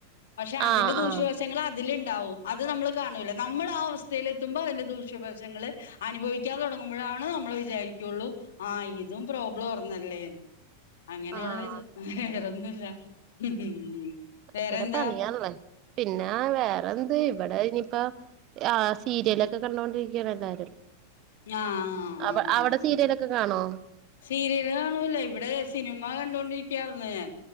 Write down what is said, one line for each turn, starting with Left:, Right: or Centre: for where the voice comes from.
Left: പക്ഷെ അതിന്റെ
Right: ആഹ്
Left: ദൂഷ്യവശ
Right: ആഹ്
Left: ച്ചങ്ങള് അതില്ണ്ടാവു അത് നമ്മള് കാണൂല്ല. നമ്മള് ആ അവസ്ഥയിലെത്തുമ്പോ അതിന്റെ ദൂഷ്യവശങ്ങള് അനുഭവിക്കാൻ തുടങ്ങുമ്പോഴാണ് നമ്മൾ വിചാരിക്കുള്ളൂ ആഹ് ഇതും പ്രോബ്ലം ഓർന്നല്ലേന്ന് അങ്ങനെയുള്ള
Right: ആഹ്
Left: ഇത് വേറൊന്നുല്ല ഉം
Right: ഭയങ്കരപണിയാണിബളെ
Left: വേറെന്താ
Right: പിന്നാം വേറെന്ത് ഇവിടെ ഇനിയിപ്പൊ ആഹ് സീരിലൊക്കെ കണ്ടൊണ്ടിരികാണ് എല്ലാരും
Left: ആഹ് ആഹ് ആഹ്
Right: അവ
Left: ആഹ്
Right: അവിടെ
Left: ആഹ്
Right: സീരിലൊക്കെ കാണുവോ
Left: സീരിയല് കാണൂല ഇവിടെ സിനിമ കണ്ടൊണ്ടിരിക്കാരുന്നു ഞാൻ